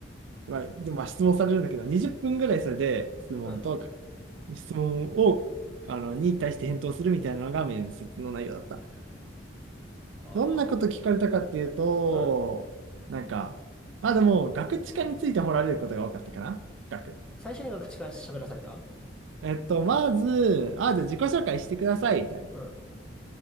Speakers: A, on the right; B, in the centre.
A: まあ、でもまあ質問されるんだけど、20分ぐらいそれで質問と、
B: うん。
A: 質問を、あの、に対して返答するみたいなのが面接の内容だった。
B: ああ。
A: どんなこと聞かれたかっていうと、
B: うん。
A: なんか、まあでも、
B: そう
A: ガクチカについて掘られることが多かったかな学。
B: 最初にが口から喋らされた
A: えっと、まず、あ、じゃあ自己紹介してください、みたいな。
B: うん。